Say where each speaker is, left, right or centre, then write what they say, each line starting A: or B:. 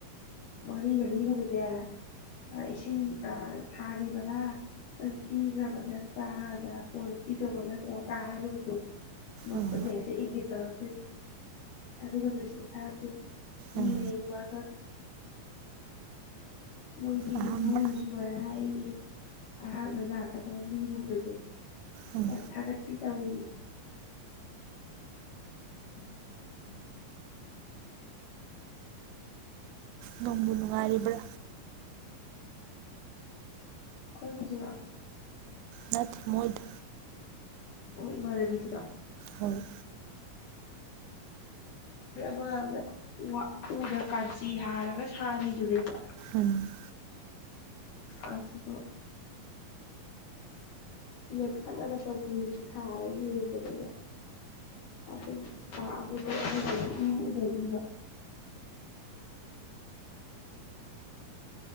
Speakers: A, on the left; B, on the right.
A: ꯃꯔꯤꯒ ꯂꯤꯔꯨꯕꯁꯦ ꯏꯁꯤꯡ ꯊꯥꯈꯤꯕꯒꯥ ꯄꯤꯈ꯭ꯔꯕ ꯅꯠꯇ꯭ꯔꯥ ꯍꯥꯏꯗ꯭ꯔ ꯀꯣꯟꯅ ꯄꯤꯗꯧꯕ ꯅꯠꯇ꯭ꯔꯥ ꯀꯥ ꯍꯥꯏꯔꯨꯕꯁꯦ ꯃꯈꯨꯠꯅ
B: ꯎꯝ
A: ꯍꯦꯛꯇ ꯏꯅꯤꯠ ꯇꯧꯔꯛ ꯇꯨꯏꯅꯤ ꯑꯗꯨꯒ ꯃꯦꯁꯦꯁ ꯊꯔꯛꯇꯨꯏꯅꯤ ꯀꯤꯔꯦ
B: ꯎꯝ
A: ꯋꯥꯒ ꯃꯣꯏꯗꯤ
B: ꯑꯍꯥꯟꯕ
A: ꯌꯨꯝꯕꯨꯁ ꯋꯔꯥꯏꯒꯤ ꯑꯍꯥꯟꯕ ꯂꯥꯛꯀꯗꯕ ꯃꯤꯒꯨꯝꯕꯖꯦ
B: ꯎꯝ
A: ꯑ ꯊꯒꯠꯄꯤ ꯇꯧꯏ <inaudible>
B: ꯅꯣꯡꯕꯨ ꯅꯨꯡꯉꯥꯏꯔꯤꯕ꯭ꯔꯥ
A: ꯈꯣꯏ ꯃꯤꯖꯤꯔꯣ
B: ꯅꯠꯇ ꯃꯣꯏꯗ
A: ꯑꯣꯏꯕꯔꯦ ꯂꯤꯆ꯭ꯔꯥ
B: ꯍꯣꯏ
A: ꯃꯥꯡꯗ ꯋꯥ ꯎꯅꯥ ꯀꯥꯟꯆꯤ ꯍꯥꯔꯒ ꯁꯥꯔꯤꯗꯨꯅꯦꯕ
B: ꯎꯝ
A: ꯑꯗꯨꯗꯣ ꯂꯦꯈꯠꯂꯒ ꯆꯧꯀ꯭ꯔꯤ ꯊꯥꯔ ꯌꯦꯡꯕꯗꯅꯦ ꯑꯗꯨꯒꯤ ꯑ ꯑꯗꯨꯗꯩꯩ ꯑꯗꯨꯗꯩꯩ ꯏꯎ ꯎꯅꯒꯤꯕ